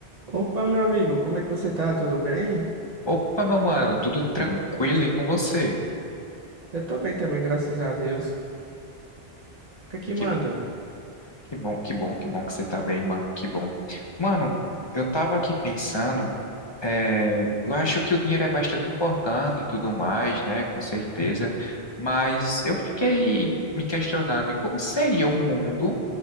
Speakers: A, on the right; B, on the left.
A: Opa, meu amigo, como é que você tá? Tudo bem?
B: Opa, meu mano, tudo tranquilo aí com você?
A: Eu tô bem também, graças a Deus. O que é que
B: Que,
A: manda?
B: que bom, que bom, que bom que você tá bem, mano, que bom. Mano, eu tava aqui pensando, é, eu acho que o dinheiro é bastante importante e tudo mais, né, com certeza, mas eu fiquei me questionando, e como seria o mundo